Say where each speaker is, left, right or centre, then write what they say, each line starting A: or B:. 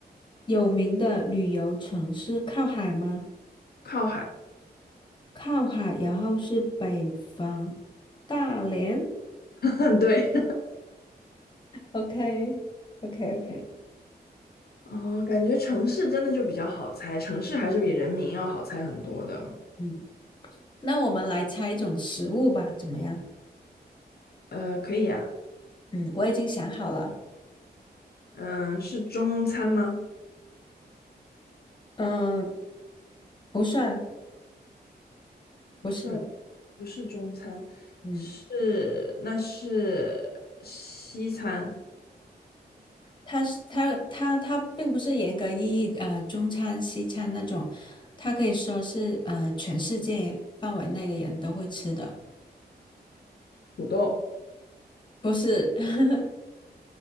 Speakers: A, on the left (about 30°); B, on the left (about 65°).
A: 有名的旅游城市靠海吗？
B: 靠海，
A: 靠海，然后是北方，大连
B: <laughs> 对，
A: ，OK OK OK，
B: 哦，感觉城市真的就比较好猜，城市还是比人民要好猜很多的，
A: 嗯，那我们来猜一种食物吧，怎么样？
B: 呃，可以啊，
A: 嗯，我已经想好了，
B: 嗯，是中餐吗？
A: 嗯、不算，
B: 不算，
A: 不是，
B: 不是中餐，
A: 嗯。
B: 是，那是西餐，
A: 它是它它它并不是严格意义呃中餐西餐那种，它可以说是呃全世界范围内的人都会吃的，
B: 土豆，
A: 不是，<laughs>